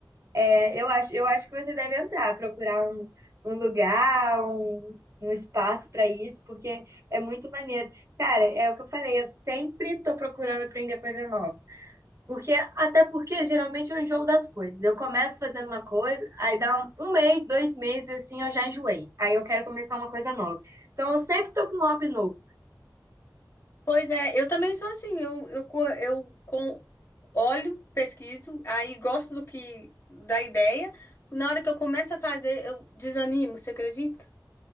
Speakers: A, on the right; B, on the left.
A: é, eu acho, eu acho que você deve entrar, procurar um, um lugar, um, um espaço pra isso, porque é muito maneiro. Cara, é o que eu falei, eu sempre tô procurando aprender coisa nova. Porque, até porque geralmente eu enjoo das coisas. Eu começo fazendo uma coisa, aí dá um, um mês, dois meses, assim, eu já enjoei. Aí eu quero começar uma coisa nova. Então eu sempre tô com um hobby novo.
B: Pois é, eu também sou assim, eu, eu, co- eu com, olho, pesquiso, aí gosto do que, da ideia, na hora que eu começo a fazer, eu desanimo, você acredita?